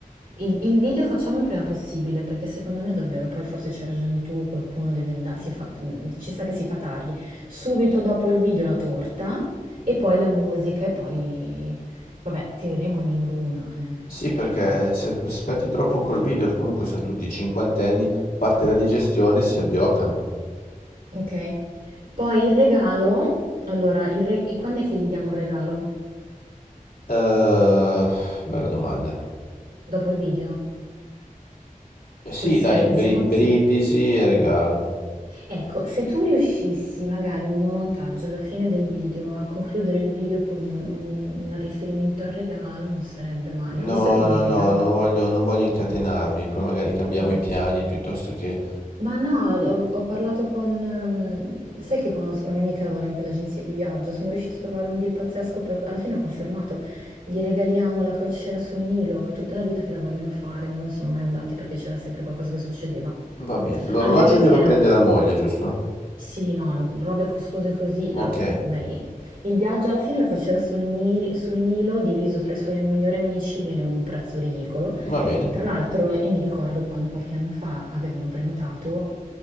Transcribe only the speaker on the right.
Il, il video facciamo il prima possibile, perché secondo me davvero, poi forse c'hai ragione tu, qualcuno deve andare, si fa- mh, ci sa che si fa tardi. Subito dopo il video la torta e poi la musica e poi... Vabbè, tireremo almeno l'una, eh,
spero.
Ok? Poi il regalo... Allora, il re- quando è che gli diamo il regalo?
Dopo il video?
Così si,
si emozia?
Ecco, se tu riuscissi magari nel montaggio, alla fine del video, a concludere il video con un, un riferimento al regalo, non sarebbe male.
Visto che gli
regaliamo...
Ah,
ma no, ho, ho parlato con... ehm, Sai che conosco una mia amica lavora in quell'agenzia di viaggio, sono riuscita a trovare un deal pazzesco per... Alla fine ho confermato, gli regaliamo la crociera sul Nilo, è tutta la vita che la vogliono fare, ma non sono mai andati perché c'era sempre qualcosa che succedeva.
Anche perché
la-
Sì, no, no, robe costose così.
no, beh, i- il viaggio alla fine, la crociera sul, Ni- sul Nilo, diviso tra i suoi migliori amici, viene un prezzo ridicolo.
Tra l'altro, io mi ricordo quando qualche anno fa avevano prenotato,